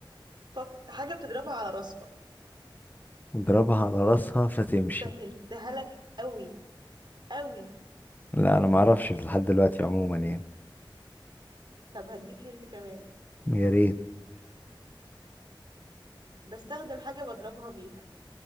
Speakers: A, on the right (about 55°); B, on the left (about 20°).
A: فك... حاجة بتضربها على راسها
B: اضربها على راسها فتمشي
A: سهلتها لك قوي قوي
B: لا انا ما اعرفش لحد دلوقتي عموما يعني
A: طب هديك هنت كمان
B: يا ريت
A: بستخدم حاجة بضربها بيها